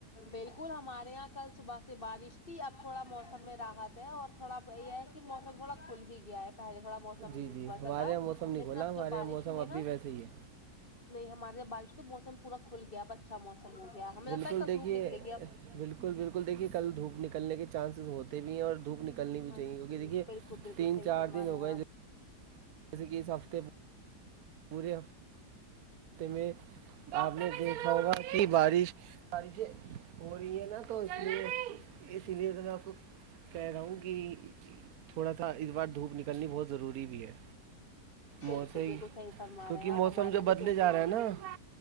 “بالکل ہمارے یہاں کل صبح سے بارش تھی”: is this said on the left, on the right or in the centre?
Left